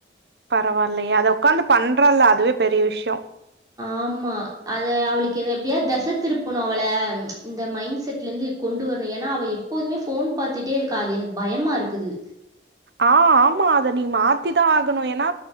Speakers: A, on the right; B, on the right.
A: பரவாலியே அத உக்காந்து பண்றால அதுவே பெரிய விஷ்யோ
B: ஆமா அத அவளுக்கு இத எப்டியாது தச திருப்புணு அவள ம் ச்ச இந்த மைண்ட் செட்லந்து கொண்டு வரணு ஏனா அவ எப்போதுமே ஃபோன் பாத்துட்டே இருக்கா அது எனக் பயமா இருக்குது
A: ஆ ஆமா அத நீ மாத்திதா ஆகணு ஏனா